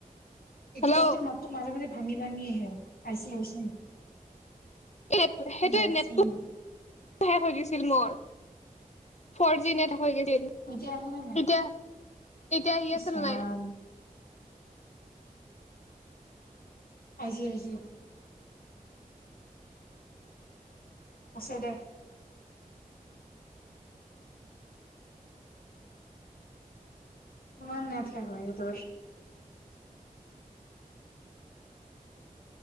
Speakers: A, on the left (about 80°); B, on the left (about 50°).
A: এতিয়া
B: হেল্ল'
A: তোৰ মাততো মাজে মাজে ভাঙি ভাঙি আহে আইছি আইছি।
B: <inaudible> সেইটোৱে
A: আইচি
B: নেটটো। শেষ হৈ গৈছিল মোৰ, ফৰ জি নেট হৈ গৈছি।
A: এতিয়া আহে নে নাই
B: এতিয়া এতিয়া আহি
A: ইচ
B: আছে
A: ৰাম
B: নে নাই?
A: আইছি, আইছি। আছে দে। কিমান নেট শেষ হৈ তোৰ?